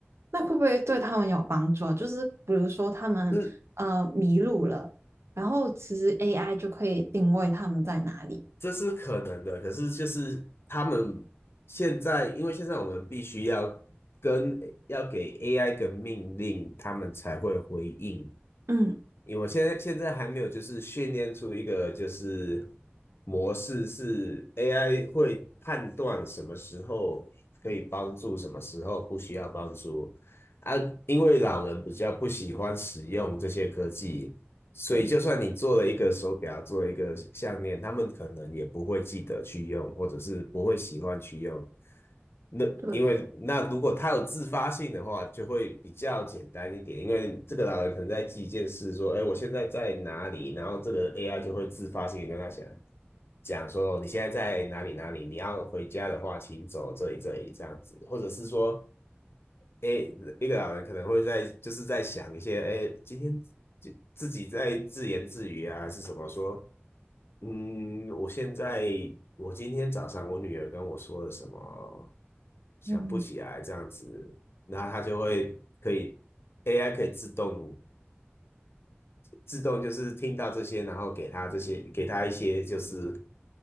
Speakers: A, on the right (about 80°); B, on the left (about 65°).
A: 那会不会对他们有帮助啊？就是比如说他们呃迷路了，
B: 是
A: 然后其实 AI 就可以定位他们在哪里。
B: 这是可能的。可是就是他们现在，因为现在我们必须要跟要给 AI 个命令，他们才会回应。
A: 嗯，
B: 因为我现在现在还没有就是训练出一个就是模式是 AI 会判断什么时候可以帮助，什么时候不需要帮助啊。因为老人比较不喜欢使用这些科技，所以就算你做了一个手表，
A: 对
B: 做了一个项链，他们可能也不会记得去用，或者是不会喜欢去用。那因为那如果他有自发性的话，
A: 对，
B: 就会比较简单一点。因为这个老人可能在记一件事，说：“哎，我现在在哪里？”然后这个 AI 就会自发性地跟他讲讲说：“哦你现在在哪里？哪里？你要回家的话，请走这里这里这样子。”或者是说，哎，一个老人可能会在就是在想一些，哎，今天自自己在自言自语啊，还是什么说？嗯，我现在我今天早上我女儿跟我说了什么？想不起来这样子，
A: 嗯，
B: 然后它就会可以 AI 可以自动自动就是听到这些，然后给它这些给它一些就是